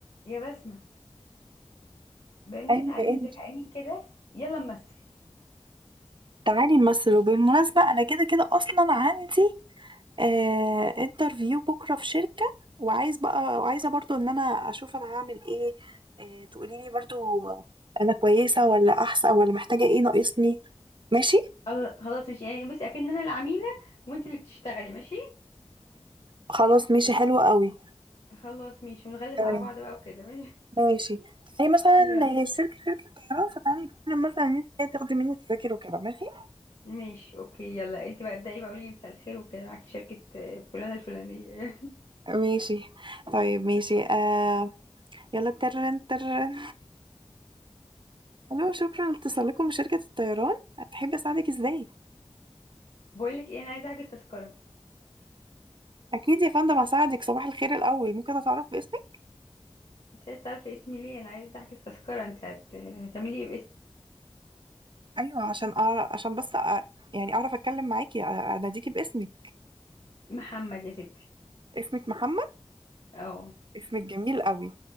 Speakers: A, on the left (about 65°); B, on the right (about 50°).
A: يا بسمة بقى ان
B: ايوه
A: احنا قاعدين
B: انت
A: زهقانين كده يلا نمثل
B: تعالي نمثل وبالمناسبة انا كده كده اصلا عندي آه انترفيو بكرة في شركة وعايز بقى وعايزة برضو ان انا اشوف انا هعمل ايه آه تقولي لي برضو انا كويسة ولا احسن ولا محتاجة ايه ناقصني ماشي
A: الله- خلاص ماشي يعني بصي اكن انا العميلة وانت اللي بتشتغلي ماشي
B: خلاص ماشي حلو قوي
A: خلاص ماشي ونغلس
B: تمام
A: على بعض بقى وكده ماشي
B: ماشي تعالي
A: <laughs>
B: مثلا
A: يلا
B: آه، الشركة شركة طيران فتعالي نتكلم مثلا ان انت تاخدي مني تذاكر وكده ماشي
A: ماشي اوكي يلا انت بقى ابدأي بقى قولي لي مساء الخير وكده معاكي شركة آه، فلانة الفلانية
B: ماشي طيب ماشي آه يلا ترن ترن الو شكرا لاتصالكم بشركة الطيران هتحب اساعدك ازاي
A: <laughs> بقول لك ايه انا عايزة احجز تذكرة
B: اكيد يا فندم هساعدك صباح الخير الاول ممكن اتعرف باسمك
A: انت عايزة تعرفي اسمي ليه انا عايزة احجز تذكرة انت هت- هتعملي ايه باسم
B: ايوه عشان أعرف عشان بس أ... يعني اعرف اتكلم معاكي أ- اناديكي باسمك
A: محمد يا ستي
B: اسمك محمد
A: اه
B: اسمك جميل قوي